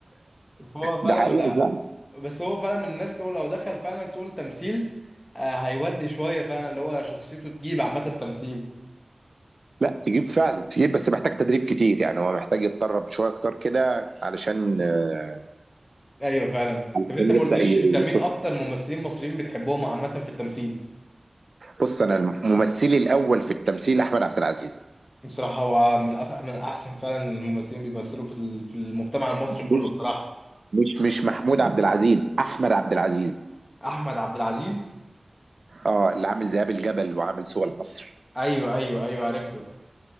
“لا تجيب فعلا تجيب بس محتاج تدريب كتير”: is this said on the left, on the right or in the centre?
Right